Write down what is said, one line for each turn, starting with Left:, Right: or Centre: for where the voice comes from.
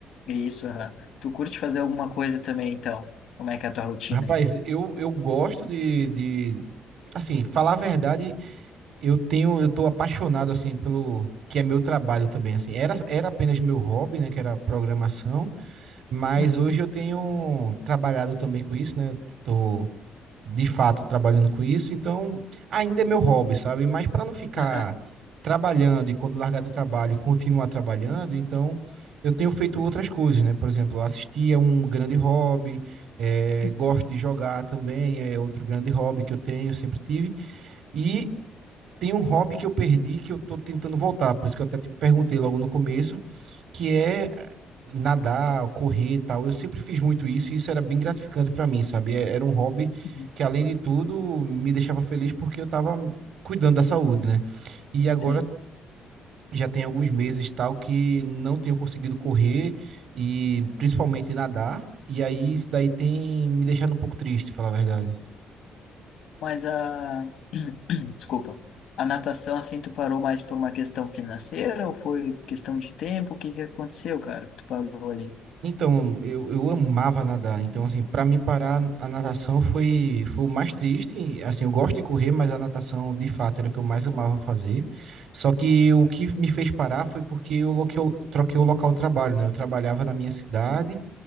Left: isso, aham. Tu curte fazer alguma coisa também, então? Como é que é a tua rotina
Right: Rapaz,
Left: aí?
Right: eu, eu gosto de, de, assim, falar a verdade, eu tenho, eu tô apaixonado assim pelo que é meu trabalho também, assim. Era, era apenas meu hobby, né, que era programação, mas
Left: Uhum,
Right: hoje eu tenho trabalhado também com isso, né? Eu tô de fato trabalhando com isso, então ainda é meu hobby, sabe? Mas para não ficar
Left: aham,
Right: trabalhando e quando largar do trabalho continuar trabalhando, então eu tenho feito outras coisas, né? Por exemplo, eu assisti a um grande hobby, eh,
Left: uhum,
Right: gosto de jogar também, é outro grande hobby que eu tenho, sempre tive. E tem um hobby que eu perdi que eu tô tentando voltar, por isso que eu até te perguntei logo no começo, que é eh, nadar, correr e tal. Eu sempre fiz muito isso e isso era bem gratificante para mim, sabe? É- Era um hobby
Left: uhum,
Right: que, além de tudo, me deixava feliz porque eu tava cuidando da saúde, né? E agora
Left: sei.
Right: já tem alguns meses tal que não tenho conseguido correr e principalmente nadar. E aí isso daí tem me deixado um pouco triste, falar a verdade.
Left: Mas a... <clears throat> Desculpa. A natação, assim, tu parou mais por uma questão financeira ou foi questão de tempo? O que que aconteceu, cara, que tu parou ali?
Right: Então, eu, eu amava nadar. Então, assim, para mim parar, a natação foi, foi o mais triste. E, Assim, eu gosto de correr, mas a natação, de fato, era o que eu mais amava fazer. Só que o que me fez parar foi porque eu loquei- troquei o local de trabalho, né? Eu trabalhava na minha cidade